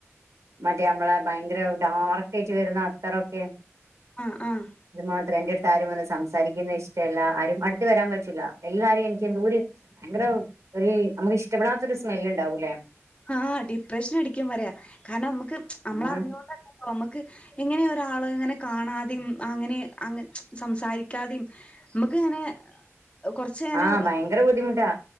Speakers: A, on the right; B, on the left.
A: മറ്റേ അമ്മളെ ഭയങ്കര ഡാർക്ക് ആയിട്ട് വരുന്ന അത്തറൊക്കെ
B: ആഹ് ആഹ്
A: അത് മാത്രം എന്റെ രും വന്ന് സംസാരിക്കുന്ന ഇഷ്ടമല്ല ആരും അടുത്ത് വരാൻ പറ്റില്ല എല്ലാരെയും എനിക്ക് എന്തൂര് ഭയങ്കര ഒരു നമുക്ക് ഇഷ് ഇഷ്ടപ്പെടാത്തൊരു സ്മെല് ഉണ്ടാവൂല്ലേ
B: ആഹ് ഡിപ്രഷൻ അടിക്കും വരെയാ കാരണം നമക്ക് നമ്മളറിഞ്ഞൊണ്ടല്ലല്ലോ
A: ആ
B: നമ്മക്ക് ഇങ്ങ ങ്ങനെ ഒരാളെ ഇങ്ങനെ കാണാതെയും അങ്ങനെ അങ്ങ് സംസാരിക്കാതെയും നമുക്ക് ഇങ്ങനെ കൊറച്ച് ഇങ്ങനെ
A: ആഹ് ഭയങ്കര ബുദ്ധിമുട്ടാ